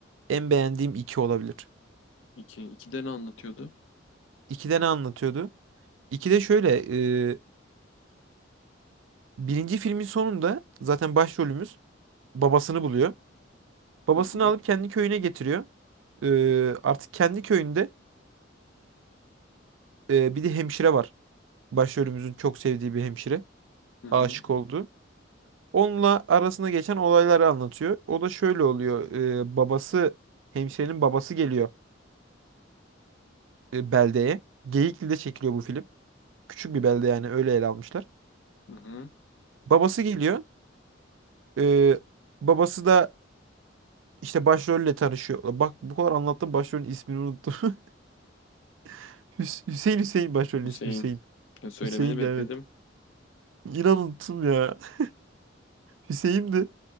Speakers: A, on the right; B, on the left.
A: en beğendiğim iki olabilir.
B: İki, ikide ne anlatıyordu?
A: İkide ne anlatıyordu? İkide şöyle e, birinci filmin sonunda zaten başrolümüz babasını buluyor. Babasını
B: Hı hı,
A: alıp kendi köyüne getiriyor. E, artık kendi köyünde Ee, bir de hemşire var. Başrolümüzün çok sevdiği bir hemşire.
B: hı hı,
A: Aşık oldu Onunla arasında geçen olayları anlatıyor. O da şöyle oluyor. Ee, babası, hemşirenin babası geliyor e, beldeye. Geyikli'de çekiliyor bu film. Küçük bir belde yani öyle ele almışlar.
B: hı hı.
A: Babası geliyor. Ee, babası da işte başrolle tanışıyor. Bak bu kadar anlattım başrolün ismini unuttum. <laughs> Hüs- Hüseyin Hüseyin başrolün
B: Hüseyin.
A: ismi Hüseyin.
B: Ya söylemeni
A: Hüseyin
B: bekledim.
A: de evet. İnan unuttum ya. <laughs> Hüseyin'di.